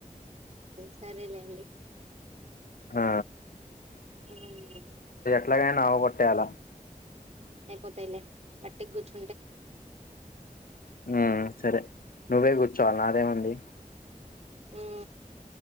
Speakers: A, on the right; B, on the left.
A: సరేలే అండి
B: ఆ
A: అవున్లే
B: అట్లాగ అయినా అవగోట్టేయాలా
A: అయిపోతయి లే గట్టిగా గూచ్చ్
B: ఆ సరే నువ్వే కూర్చోవాలి నాదేముంది
A: ఉ